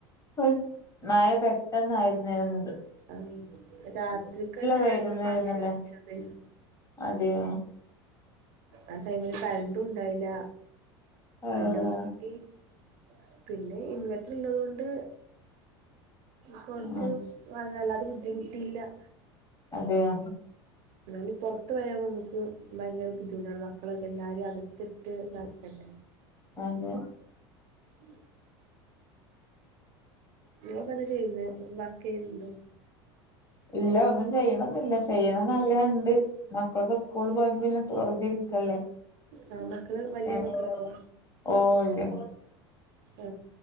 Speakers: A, on the left; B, on the right.
A: <unintelligible> മയ പെട്ടെന്നായിരുന്നരുന്നത്
B: ആഹ് രാത്രിക്കന്നെയരുന്നു
A: വെയിലുണ്ടായിരുന്നല്ലേ
B: ഫംഗഷൻ വച്ചത്
A: അതെയോ
B: ആ ടൈമില് കരണ്ടും ഉണ്ടായില്ല.
A: ആഹ്
B: അ <unintelligible> പിന്നെ ഇൻവെർട്ടർള്ളതൊണ്ട് കുറച്ച്
A: ഉം
B: വ വല്ല ബുദ്ധിമുട്ടില്ല
A: അതെയാ
B: ന്നാലും പുറത്ത് വരാമ്പോൾ നമുക്ക് ഭയങ്കര ബുദ്ധിമുട്ടാണ് മക്കളൊക്കെ എല്ലാരും അകത്തിട്ട് ഇതാക്കണ്ടേ.
A: അതെ
B: ഉം നിങ്ങൾടനത് ചെയ്യുന്നെ വർക്ക് ചെയ്യുന്നുണ്ടോ
A: ഇല്ല ഒന്നും ചെയ്യണെന്നില്ല ചെയ്യണംന്ന് ആഗ്രഹം ഇണ്ട് മക്കളൊക്കെ സ്കൂൾ പോയെ പിന്നെ തർ വെറുതെയിരി ക്കല്ലേ
B: ആ മക്കള് വലിയ
A: ഏഹ്
B: മക്കളാണോ?
A: ഓ അല്ലേ.
B: ആ